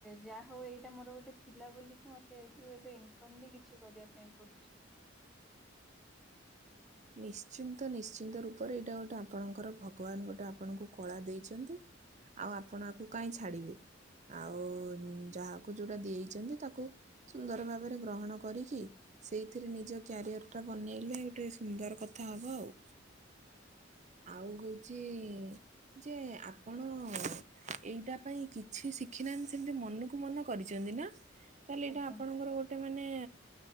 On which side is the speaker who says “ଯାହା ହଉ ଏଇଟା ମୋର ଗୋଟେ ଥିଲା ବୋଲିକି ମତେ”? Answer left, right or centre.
Centre